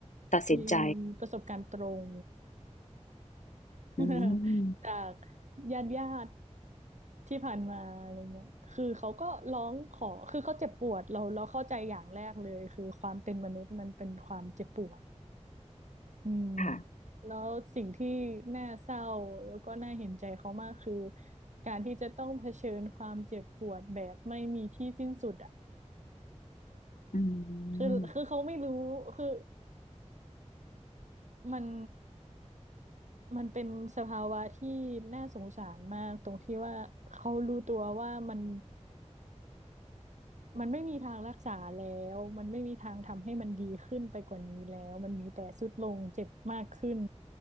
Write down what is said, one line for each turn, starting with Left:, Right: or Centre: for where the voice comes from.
Left: ตัดสินใจ
Right: มีประสบการณ์ตรง <laughs>
Left: อืม
Right: จากญาติญาติที่ผ่านมาอะไรเงี้ยคือเขาก็ร้องขอคือเขาเจ็บปวดเราเราเข้าใจอย่างแรกเลยคือความเป็นมนุษย์มันเป็นความเจ็บปวด อืม
Left: ค่ะ
Right: แล้วสิ่งที่น่าเศร้าแล้วก็น่าเห็นใจเขามากคือการที่จะต้องเผชิญความเจ็บปวดแบบไม่มีที่สิ้นสุดอ่ะ
Left: อื
Right: คือคือเขาไม่รู้คือ
Left: ม
Right: มันมันเป็นสภาวะที่น่าสงสารมากตรงที่ว่าเขารู้ตัวว่ามัน มันไม่มีทางรักษาแล้ว มันไม่มีทางทำให้มันดีขึ้นไปกว่านี้แล้วมันมีแต่ทรุดลงเจ็บมากขึ้น